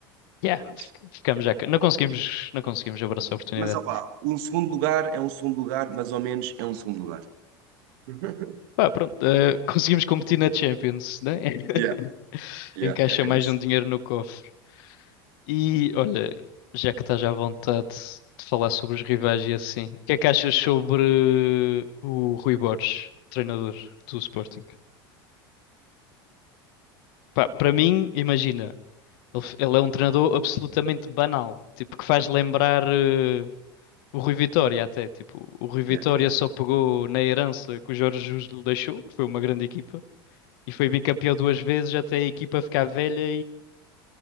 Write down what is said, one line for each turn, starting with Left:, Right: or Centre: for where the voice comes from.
Left: Yeah,
Right: pronto.
Left: fi- ficamos já. ca- Não conseguimos, não conseguimos abraçar a oportunidade.
Right: Mas opá, um segundo lugar é um segundo lugar, mais ou menos é um segundo lugar. <laughs>
Left: Pá, pronto, eh, <laughs> conseguimos competir na Champions, né? <laughs>
Right: Yeah, yeah,
Left: Encaixa
Right: yeah,
Left: mais
Right: é isso.
Left: um dinheiro no cofre. E olha, já que estás à vontade de falar sobre os rivais e assim, o que é que achas sobre o Rui Borges, treinador do Sporting? Pá, para mim, imagina, ele, f- ele é um treinador absolutamente banal, tipo que faz lembrar
Right: Yeah,
Left: eh, o Rui Vitória até, tipo, o Rui Vitória
Right: yeah. Yeah,
Left: só pegou na herança que o Jorge Jesus lhe deixou, que foi uma grande equipa, e foi bicampeão duas vezes até a equipa ficar velha